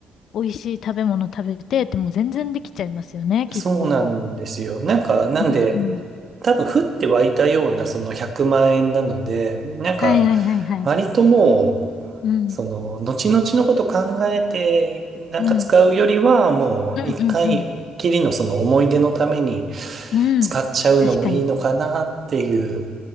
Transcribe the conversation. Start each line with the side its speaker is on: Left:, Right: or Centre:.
Left: 美味しい食べ物食べてって、もう全然できちゃいますよね、きっと。
Right: そうなんですよ。なんか、なんで、
Left: うん。
Right: 多分降って湧いたようなその100万円なので、なんか
Left: はいはいはいはい。
Right: 割ともう、
Left: うん。
Right: その後々のこと考えてなんか使うよりはもう一回きりのその思い出のために
Left: うん。うんうんうん。うん。
Right: 使っちゃうのもいいのかなっていう。
Left: 確かに。